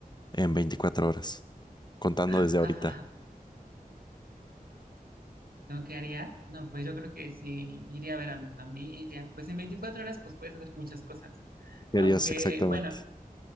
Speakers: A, on the left; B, on the right.
A: en 24 horas? Contando
B: <laughs>
A: desde ahorita.
B: ¿Lo que haría? No, pues yo creo que sí, iría a ver a mi familia, pues en 24 horas, pues puedes hacer muchas cosas.
A: ¿Qué
B: Aunque,
A: harías exactamente?
B: bueno,